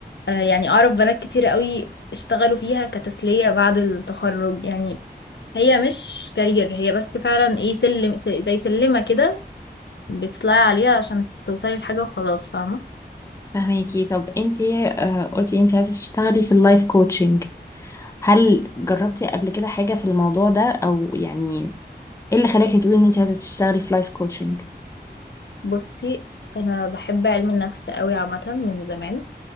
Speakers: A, on the left; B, on the left.
A: آه، يعني أعرف بنات كتير قوي اشتغلوا فيها كتسلية بعد التخرج يعني هي مش كارير هي بس فعلا ايه سلم س- زي سلمة كده بتطلعي عليها عشان توصلي لحاجة وخلاص فاهمة
B: فهميكي طب انتي آه، قلتي انتي عايزة تشتغلي في اللايف كوتشنج هل جربتي قبل كده حاجة في الموضوع ده او يعني ايه اللي خلاكي تقولي ان انت عايزه تشتغلي في لايف كوتشنج
A: بصي أنا بحب علم النفس قوي عامة من زمان